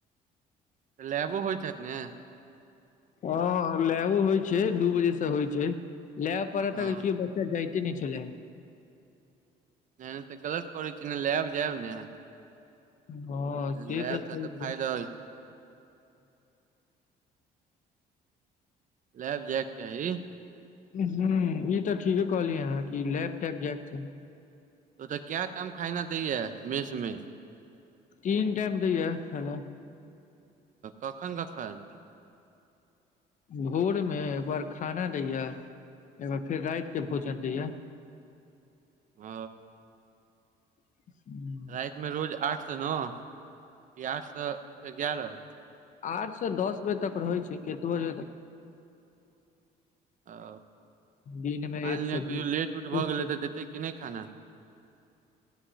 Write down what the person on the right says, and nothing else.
तऽ लेबो होइत हैत‌ ने
हँ
ए तऽ गलत करैत छी न लैब जायब ने।
लैब
फायदा होइ छै लैब जाय केँ चाही
तऽ ओतअ काइ टाइम खाना दैय यऽ मेस मे
कखैन कखैन
ओ
राति में रोज आठ स नओ की आठ से एगारह
ओ
मानि
लिअ कहियो
लेट उट भऽ
गेलै
तऽ देतै कि नहि खाना?